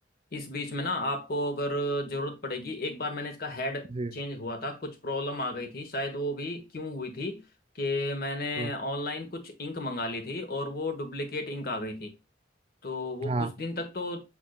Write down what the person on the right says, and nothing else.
जी
हम्म,
हाँ